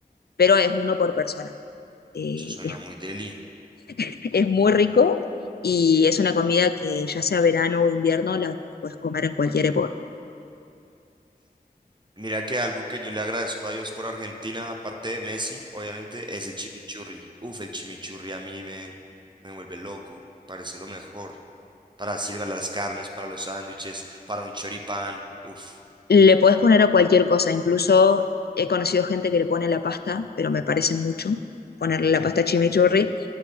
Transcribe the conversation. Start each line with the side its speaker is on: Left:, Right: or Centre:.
Left: pero es uno por persona. Eh,
Right: Eso suena
Left: es,
Right: muy deli.
Left: <laughs> es muy rico y es una comida que ya sea verano o invierno, la puedes comer en cualquier época.
Right: Mira que algo que yo le agradezco a Dios por Argentina, aparte de Messi, obviamente es el chimichurri. Uf, el chimichurri a mí me, me vuelve loco, parece lo mejor. Para silbar las carnes, para los sándwiches, para un choripán. Uf,
Left: Le podés poner a cualquier cosa, incluso he conocido gente que le pone la pasta, pero me parece mucho ponerle la pasta chimichurri.